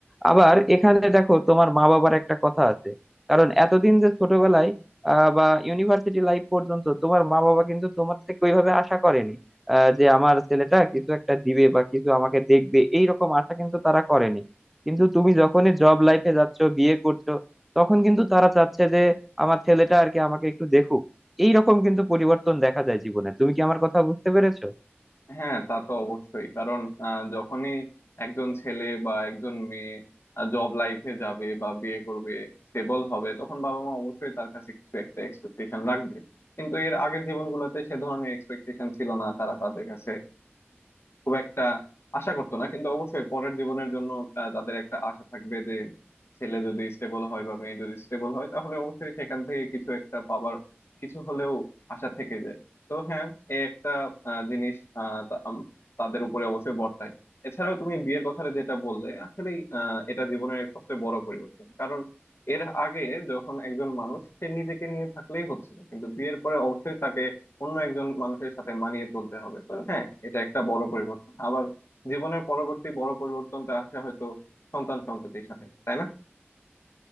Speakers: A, in the centre; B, on the left.
A: আবার এখানে দেখো তোমার মা বাবার একটা কথা আছে কারণ এতদিন যে ছোটবেলায় আহ, বা ইউনিভার্সিটি লাইফ পর্যন্ত তোমার মা বাবা কিন্তু তোমার থেকে ওইভাবে আশা করেনি আহ, যে আমার ছেলেটা কিছু একটা দিবে বা কিছু আমাকে দেখবে এইরকম আশা কিন্তু তারা করেনি কিন্তু তুমি যখনই জব লাইফে যাচ্ছ বিয়ে করছো তখন কিন্তু তারা চাচ্ছে যে আমার ছেলেটা আর কি আমাকে একটু দেখুক এইরকম কিন্তু পরিবর্তন দেখা যায় জীবনে তুমি কি আমার কথা বুঝতে পেরেছো
B: হ্যাঁ তা তো অবশ্যই কারণ আহ, যখনই একজন ছেলে বা একজন মেয়ে জব লাইফে যাবে বা বিয়ে করবে স্টেবল হবে তখন বাবা মা অবশ্যই তার কাছে কিছু একটা এক্সপেকটেশন রাখবে কিন্তু এর আগের জীবনগুলোতে সে ধরনের এক্সপেকটেশন ছিল না তারা তাদের কাছে খুব একটা আশা করতো না কিন্তু অবশ্যই পরের জীবনের জন্য তা- তাদের একটা আশা থাকবে যে ছেলে যদি স্টেবল হয় বা মেয়ে যদি স্টেবল হয় তাহলে অবশ্যই সেখান থেকে কিছু একটা পাবার কিছু হলেও আশা থেকে যায় তো হ্যাঁ এ একটা আহ, জিনিস আহ, তা- আম- তাদের উপরে অবশ্যই বর্তায় এছাড়াও তুমি বিয়ের কথাটা যেটা বললে আসলে এটা জীবনের এক সবচেয়ে বড় পরিবর্তন কারণ এর আগে যখন একজন মানুষ সে নিজেকে নিয়ে থাকলেই হচ্ছিল কিন্তু বিয়ের পরে অবশ্যই তাকে অন্য একজন মানুষের সাথে মানিয়ে চলতে হবে তো হ্যাঁ এটা একটা বড় পরিবর্তন আবার জীবনের পরবর্তী বড় পরিবর্তনটা আসে হয়তো সন্তান সন্ততির সাথে তাই না